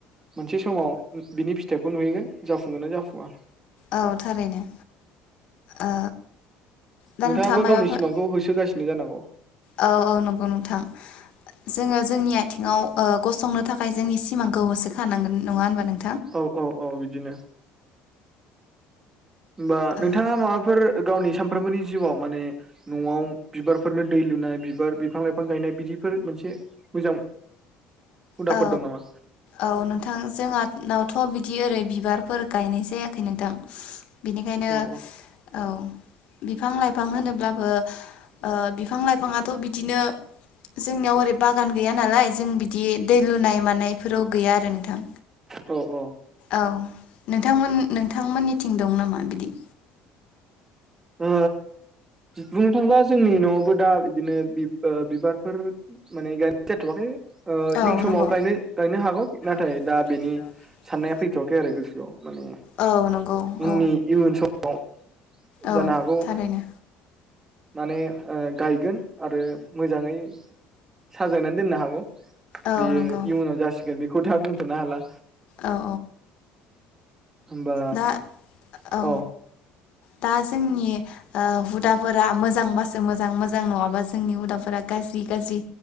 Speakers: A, on the right; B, on the left.
A: मोनसे समाव बिनि फिथाइखौ नुहैगोन जाफुङोन ना जाफुङा
B: औ थारैनो ओ दा
A: नोंथाङाबो
B: नोंथाङा मायबाफोर
A: गावनि सिमांखौ होसोगासिनो जानांगौ
B: औ औ नंगौ नोंथां जोङो जोंनि आथिङाव गसंनो थाखाय जोंनि सिमांखौ होसोखानांगोन नङा होनबा नों
A: औ औ औ बिदिनो होमबा
B: औ
A: नोंथाङा माबाफोर गावनि सानफ्रोमबोनि जिउआव माने न'आव बिबारफोरनो दै लुनाय बिबार बिफां लाइफां गायनाय बिदिफोर मोनसे मोजां हुदाफोर
B: औ
A: दं नामा?
B: औ नोंथां जोंनावथ' बिदि बिदि ओरै बिबारफोर गायनाय जायाखै नोंथां बिनिखायनो
A: औ
B: औ। बिफां लाइफां होनोब्लाबो ओ बिफां लाइफाङाथ' बिदिनो जोंनियाव ओरै बागान गैया नालाय जों बिदि दै लुनाय मानाय फोराव गैया आरो नोंथां।
A: औ औ
B: औ नोंथांमोन नोंथांमोननिथिं दं नामा बिदि
A: ओ बुंनो थाङोबा जोंनि न'आवबो दा बिदिनो बि-बिबारफोर माने गाय <unintelligible> जाथ'वाखै। ओ
B: औ
A: इयुन समाव
B: नंगौ।
A: गायनो गायनो हागौ। ना थाय
B: नाथाय
A: दा बेनि
B: बेनि
A: साननाया फैथ'वाखै आरो गोसोआव। माने
B: औ नंगौ
A: उननि
B: औ
A: इयुन स <unintelligible>
B: औ
A: जानो हागौ
B: थारैनो
A: माने ओ गायगोन आरो मोजाङै साजायनानै दोननो हागौ।
B: औ
A: बेयो
B: नंगौ।
A: इउनाव जासिगोन बि खोथा बुंथ'नो हाला।
B: औ औ।
A: होमबा
B: दा औ
A: अ।
B: दा जोंनि ओ हुदाफोरा मोजांबासो मोजां। मोजां नङाबा जोंनि हुदाफोरा गाज्रि गाज्रि